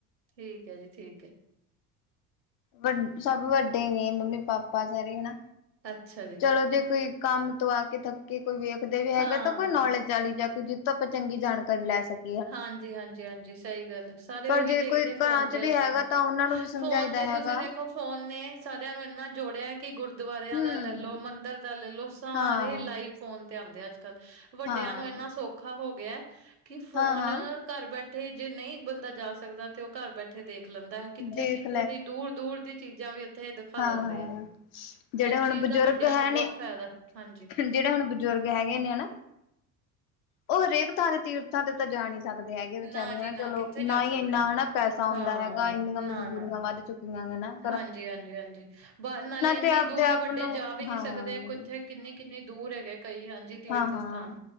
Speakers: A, on the right; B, on the left.
A: ਠੀਕ ਹੈ ਜੀ, ਠੀਕ ਹੈ।
B: ਵਡ ਸਭ ਵੱਡੇ ਹੀ ਨੇ ਮੰਮੀ ਪਾਪਾ ਸਾਰੇ ਹੈਨਾ।
A: ਅੱਛਾ ਜੀ।
B: ਚਲੋ ਜੇ ਕੋਈ ਕੰਮ ਤੋਂ ਆ ਕੇ ਥੱਕੇ ਕੋਈ ਵੇਖਦੇ ਵੀ ਹੈਗਾ
A: ਹਾਂ
B: ਤਾਂ ਕੋਈ ਨੌਲੇਜ ਚਲੀ ਜਾ ਕੋ ਜਿੱਤੋਂ ਆਪਾਂ ਚੰਗੀ ਜਾਣਕਾਰੀ ਲੈ ਸਕ
A: ਹਾਂਜੀ-ਹਾਂਜੀ-ਹਾਂਜੀ, ਸਹੀ ਗੱਲ ਸਾਰੇ
B: ਪਰ
A: ਉਹੀ
B: ਜੇ
A: ਦੇਖਦੇ
B: ਕੋਈ
A: ਆ
B: ਘਰਾਂ
A: ਫੋਨ
B: ਚ
A: ਤੇ
B: ਵੀ
A: ਅੱਜ-ਕੱਲ।
B: ਹੈਗਾ ਤਾਂ ਉਹਨਾਂ ਨੂੰ ਵੀ ਸਮਝਾਈਦਾ
A: ਫੋਨ ਤੇ
B: ਹੈਗਾ
A: ਤੁਸੀਂ ਦੇਖੋ ਫੋਨ ਨੇ ਸਾਰਿਆਂ ਨੂੰ ਇੰਨਾ ਜੋੜਿਆ ਕਿ ਗੁਰਦੁਆਰਿਆਂ
B: ਹਮ
A: ਦਾ ਲੈ ਲਓ, ਮੰਦਿਰ ਦਾ ਲੈ ਲਓ ਸਾਰੇ
B: ਹਾਂ
A: ਲਾਈਵ ਫੋਨ ਤੇ ਆਉਂਦੇ ਆ ਅੱਜ-ਕੱਲ। ਵੱਡਿਆਂ
B: ਹਾਂ
A: ਨੂੰ ਇੰਨਾ ਸੌਖਾ ਹੋ ਗਿਆ ਕਿ ਫੋਨ
B: ਹਾਂ ਹਾਂ
A: ਘਰ ਬੈਠੇ ਹੀ ਜੇ ਨਹੀਂ ਬੰਦਾ ਜਾ ਸਕਦਾ, ਤੇ ਉਹ ਘਰ ਬੈਠੇ ਦੇਖ ਲੈਂਦਾ ਹੈ। ਕਿੱਥੇ-ਕਿੱਥੇ,
B: ਦੇਖ
A: ਦੀ ਦੂਰ-ਦੂਰ ਦੀ ਚੀਜ਼ਾਂ ਵੀ ਉੱਥੇ ਦਿਖਾ
B: ਹਾਂ-ਹਾਂ,
A: ਦਿੰਦੇ ਆ
B: ਜਿਹੜੇ
A: ਇਸ
B: ਹੁਣ
A: ਚੀਜ਼
B: ਬਜ਼ੁਰਗ
A: ਦਾ ਵੱਡਿਆਂ
B: ਹੈ
A: ਨੂੰ ਬਹੁਤ
B: ਨੇ
A: ਫਾਇਦਾ ਹਾਂਜੀ।
B: ਜਿਹੜੇ ਹੁਣ ਬਜ਼ੁਰਗ ਹੈਗੇ ਨੇਨਾ ਉਹ ਹਰੇਕ ਥਾਂ ਦੇ ਤੀਰਥਾਂ ਤੇ ਤਾਂ ਜਾਣ ਸਕਦੇ ਹੈਗੇ, ਵਿਚਾਰੇ
A: ਨਾ ਜੀ
B: ਹੈਨਾ
A: ਨਾ
B: ਚਲੋ
A: ਕਿੱਥੇ ਜਾ
B: ਨਾਹੀ
A: ਸਕਦੇ।
B: ਇੰਨਾ
A: ਆ।
B: ਹੈਨਾ ਪੈਸਾ ਆਉਂਦਾ
A: ਹਾਂ
B: ਹੈਗਾ, ਇੰਨੀਆਂ ਮਜਬੂਰੀਆਂ
A: ਨਾ-ਨਾ
B: ਵੱਧ ਚੁੱਕੀਆਂ। ਗਨਾਣਾ
A: ਹਾਂਜੀ-ਹਾਂਜੀ-ਹਾਂਜੀ। ਬਾਹਰ ਨਾਲੇ ਇੰਨੀ
B: ਤੇ ਆਪਦੇ
A: ਦੂਰ
B: ਆਪ
A: ਵੱਡੇ
B: ਨੂੰ
A: ਜਾ ਵੀ ਨਹੀਂ
B: ਹਾਂ
A: ਸਕਦੇ ਉੱਥੇ ਕਿੰਨੀ-ਕਿੰਨੀ ਦੂਰ ਹੈਗੇ ਕਈ ਹਾਂਜੀ। ਤੀਰਥ
B: ਹਾਂ-ਹਾਂ,
A: ਸਥਾਨ